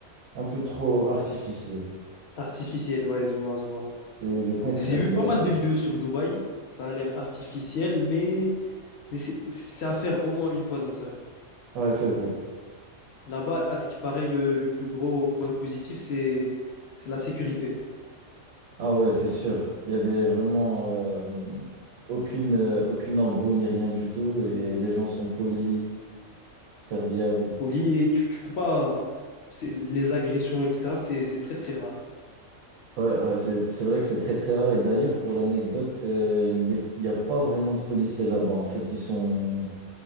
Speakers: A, on the right; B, on the left.
A: un peu trop artificiel.
B: Artificiel, ouais, je vois, je vois.
A: C'est le contraire
B: J'ai vu
A: de
B: pas
A: la
B: mal
A: taille.
B: de vidéos sur Dubaï. Ça a l'air artificiel, mais, mais c'est c'est à faire au moins une fois dans sa vie.
A: Ouais, c'est vrai.
B: Là-bas, à ce qui paraît, le, le plus gros point positif, c'est c'est la sécurité.
A: Ah ouais, c'est sûr. Il y avait vraiment euh, aucune, euh, aucune embrouille ni rien du tout et les gens sont polis, serviables.
B: Au lit, et tu, tu peux pas. c'est- Les agressions, etc., c'est c'est très très rare.
A: Ouais, ouais, c'est, c'est vrai que c'est très très rare. Et d'ailleurs, pour l'anecdote, euh, les- il n'y a pas vraiment de policiers là-bas. En fait, ils sont,